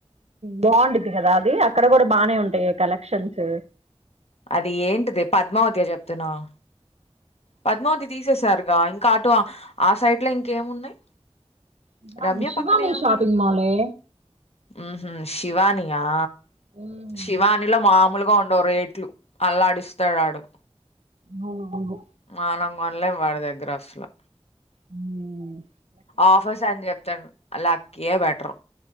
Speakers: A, on the right; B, on the left.
A: బాగుండిది కదా అది అక్కడ కూడా బానే ఉంటాయే కలెక్షన్స్
B: అది ఏంటిది పద్మావతియా చెప్తున్నావ్ పద్మావతి తీసేసారుగా ఇంకా అటో ఆ సైడ్లో ఇంకేం ఉన్నాయి
A: శివాని
B: రమ్య
A: శివాని
B: పక్కనే ఏం
A: షాపింగ్
B: ఉన్నాయి
A: మాలే
B: ఉహు శివాని ఆ
A: మ్మ్.
B: శివానిలో మామూలుగా ఉండవు రేట్లు అల్లాడిస్తాడాడు
A: అవునవును
B: మనం కొనలేం వాడి దగ్గర అసలా
A: హ్మ్
B: ఆఫర్స్ అని చెప్తాడు అలా ఇయ్యే బెటర్